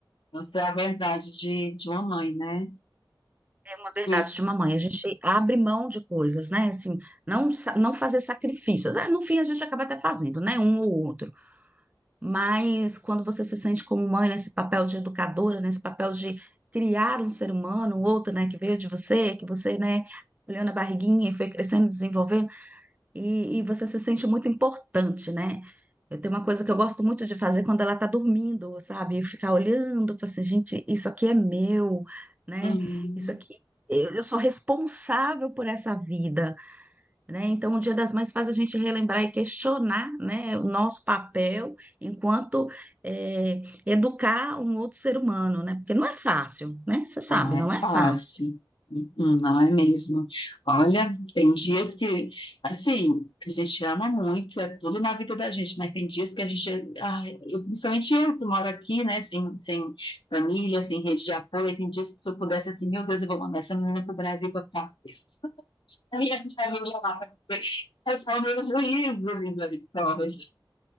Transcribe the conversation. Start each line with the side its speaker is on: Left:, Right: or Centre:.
Left: essa é a verdade de, de uma mãe, né?
Right: É uma verdade
Left: E,
Right: de mamãe. A gente abre mão de coisas, né? Assim, não, sa- não fazer sacrifícios. É, no fim, a gente acaba até fazendo, né? Um ou outro. Mas quando você se sente como mãe, nesse papel de educadora, nesse papel de criar um ser humano, um outro, né? Que veio de você, que você, né? Olhou na barriguinha e foi crescendo, desenvolvendo. E, e você se sente muito importante, né? Eu tenho uma coisa que eu gosto muito de fazer quando ela está dormindo, sabe? Eu ficar olhando, falar assim, gente, isso aqui é meu, né?
Left: hum,
Right: Isso aqui, eu, eu sou responsável por essa vida, né? Então, o Dia das Mães faz a gente relembrar e questionar, né, o nosso papel enquanto eh, educar um outro ser humano, né? Porque não é fácil, né? Você sabe,
Left: Não é
Right: não é
Left: fácil,
Right: fácil.
Left: Uhum, não é mesmo. Olha, tem dias que, assim, a gente ama muito, é tudo na vida da gente, mas tem dias que a gente, ai, eu- principalmente eu que moro aqui, né, sem, sem família, sem rede de apoio, tem dias que se eu pudesse, assim, meu Deus, eu vou mandar essa menina pro Brasil para ficar presa. <laughs> A minha família lá, pra ver se é só o meu juízo, misericórdia.